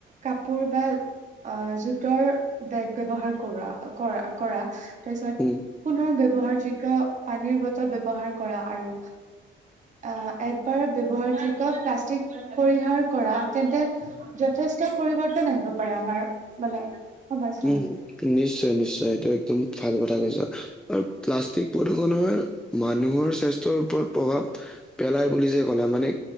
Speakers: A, on the right; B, in the centre.
A: কাপোৰ বা অ জুটৰ বেগ ব্যৱহাৰ কৰোৱা কৰা কৰা তাৰপিছত।
B: উম।
A: পুনৰ ব্যৱহাৰ যোগ্য পানীৰ বটল ব্যৱহাৰ কৰা আৰু আহ একবাৰ ব্যৱহাৰ যোগ্য প্লাষ্টিক পৰিহাৰ কৰা তেন্তে যথেষ্ট পৰিৱৰ্তন আহিব পাৰে আমাৰ মানে সমাজখনত
B: উম। নিশ্চয় নিশ্চয় এইটো একদম ভাল কথা কৈছ আৰু প্লাষ্টিক প্ৰদূৰষণৰ মানুহৰ স্বাস্থ্যৰ ওপৰত প্ৰভাৱ পেলাই বুলি যে ক'লে মানে